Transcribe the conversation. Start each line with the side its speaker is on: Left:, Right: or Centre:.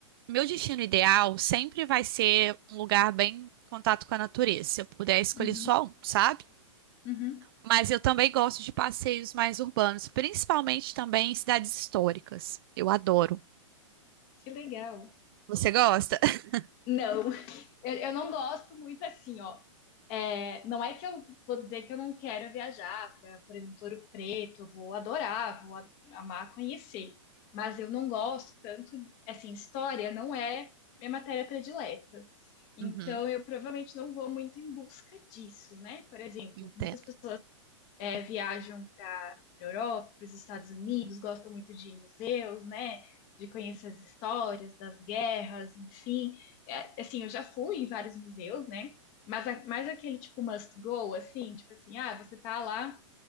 Right: meu destino ideal sempre vai ser um lugar bem em contato com a natureza, se eu puder escolher
Left: Uhum,
Right: só um, sabe?
Left: uhum.
Right: Mas eu também gosto de passeios mais urbanos, principalmente também em cidades históricas. Eu adoro.
Left: Que legal.
Right: Você gosta? <laughs>
Left: Não, <laughs> eu, eu não gosto muito assim, ó. É, não é que eu vou dizer que eu não quero viajar para, por exemplo, Ouro Preto, eu vou adorar, vou a- amar conhecer, mas eu não gosto tanto, assim, história não é minha matéria predileta. Então,
Right: Uhum,
Left: eu provavelmente não vou muito em busca disso, né? Por exemplo,
Right: entendo.
Left: muitas pessoas é, viajam para a Europa, para os Estados Unidos, gostam muito de museus, né? De conhecer as histórias das guerras, enfim. É, assim, eu já fui em vários museus, né? Mas a- mais aquele tipo must go, assim, tipo assim, ah, você tá lá